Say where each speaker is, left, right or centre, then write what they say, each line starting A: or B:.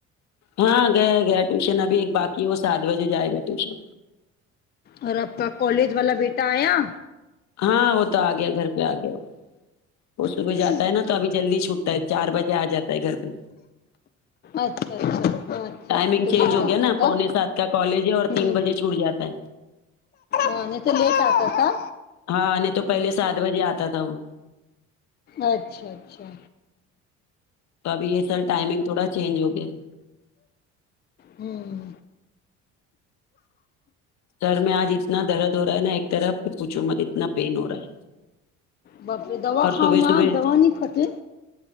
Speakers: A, on the left (about 60°); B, on the left (about 35°).
A: ہاں گئے گئے ٹیوشن ابھی ایک بات کی وہ سات بجے جائے گا ٹیوشن
B: اور آپ کا کالج والا بیٹا آیا
A: ہاں وہ تو آ گیا گھر پہ آ گیا وہ وہ صبح
B: اچھا
A: جاتا ہے نا تو ابھی جلدی چھوٹتا ہے چار بجے آ جاتا ہے گھر پے
B: اچھا اچھا
A: ٹائمنگ
B: نہیں تو
A: چینج
B: لیٹ
A: ہو
B: آتا
A: گیا نا
B: تھا
A: پونے سات کا کالج ہے اور
B: ہ
A: تین بجے چھوٹ جاتا ہے
B: ہاں نہیں تو لیٹ آتا تھا
A: ہاں نہیں تو پہلے سات بجے آتا تھا وہ
B: اچھا اچھا
A: تو ابھی یہ اصل ٹائمنگ تھوڑا چینج ہو گیا
B: امم
A: سر میں آج اتنا درد ہو رہا ہے نا ایک طرف پوچھو مت اتنا پین ہو رہا ہے
B: باپ رے دوا
A: اور
B: کھاؤ
A: صبح
B: نہ
A: صبح
B: آپ دوا نہیں کھاتی نے